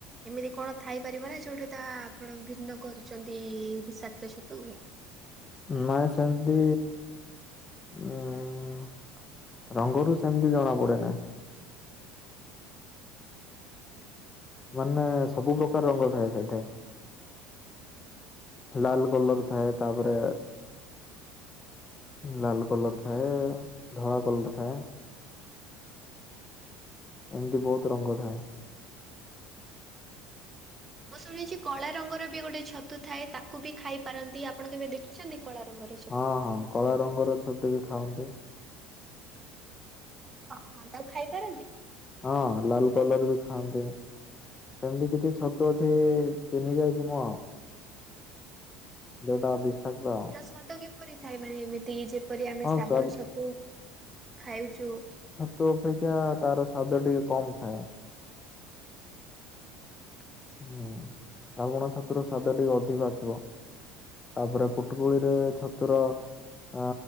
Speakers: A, on the right; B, on the left.
A: ଏମିତି କଣ ଥାଇପାରିବ ନା ଯୋଉଠି ତା ଆପଣ ଭିନ୍ନ କରୁଛନ୍ତି ସାତ ଛତୁ।
B: ନାଇଁ ସେମିତି ଉ ରଙ୍ଗରୁ ସେମିତି ଜଣାପଡେ ନାହିଁ। ମାନେ ସବୁ ପ୍ରକାର ରଙ୍ଗ ଥାଏ ସେଇଠେ। ଲାଲ କଲର ଥାଏ ତାପରେ। ଲାଲ କଲର ଥାଏ ଧଳା କଲର ଥାଏ। ଏମିତି ବହୁତ ରଙ୍ଗ ଥାଏ।
A: ମୁଁ ଶୁଣଛି କଳା ରଙ୍ଗର ବି ଗୋଟେ ଛତୁ ଥାଏ ତାକୁ ବି ଖାଇ ପାରନ୍ତି ଆପଣ କେବେ ଦେଖିଛନ୍ତି? କଳା ରଙ୍ଗରେ
B: ହଁ ହଁ କଳା ରଙ୍ଗର ଛତୁ ବି ଖାଆନ୍ତି।
A: ଓହଁ ତାକୁ ଖାଇ ପାରନ୍ତି?
B: ହଁ ଲାଲ କଲର ବି ଖାଆନ୍ତେ ସେମିତି କିଛି ଛତୁ ଅଛି। ଚତିିନି ଯାଇଛିି ମୁଁ ଆଉ ଯୋଉଟା ବିଷାକ୍ତ ଆଉ।
A: ସ୍ୱାଦ କିପରି ଥାଏ ମାନେ ଏମିତି ଯେପରି ଆମେ
B: ହଁ
A: ଶ୍ରାବଣ
B: ସ୍ୱା
A: ଛତୁ ଖାଉଛୁ।
B: ତ ଅପେକ୍ଷା ତାର ସ୍ଵାଦ ଟିକେ କମ ଥାଏ।
A: ହ <inaudible>
B: ହୁଁ ଶ୍ରାବଣ ଛତୁର ସ୍ୱାଦ ଟିକେ ଅଧିକ ଆସିବ। ତାପରେ କୁଟୁକୁଳିରେ ଛତୁର ଅ